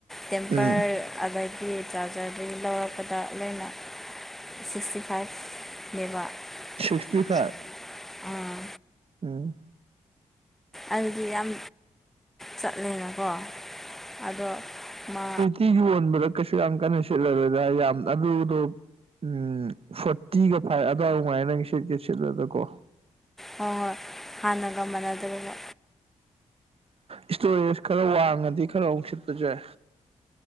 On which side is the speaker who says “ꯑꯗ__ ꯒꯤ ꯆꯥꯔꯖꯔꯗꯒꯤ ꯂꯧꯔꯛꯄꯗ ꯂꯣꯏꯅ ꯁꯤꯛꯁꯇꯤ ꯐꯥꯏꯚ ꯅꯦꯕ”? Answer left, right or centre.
Centre